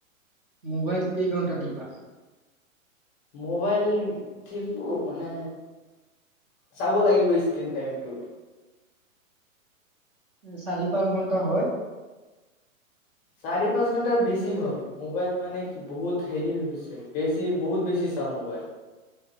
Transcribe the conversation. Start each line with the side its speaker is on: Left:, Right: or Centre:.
Right: মোবাইল কেই ঘণ্টা টিপা?
Left: মোবাইলপ মানে চাব লাগিব স্ক্ৰিন টাইমটো।
Right: চাৰি পাঁচ ঘন্টা হয়।
Left: চাৰি পাঁচ ঘন্টাৰ বেছি হয় মোবাইল মানে কি বহুত হেৰি হৈ গৈছে বেছি বহুত বেছি চাওঁ মোবাইল।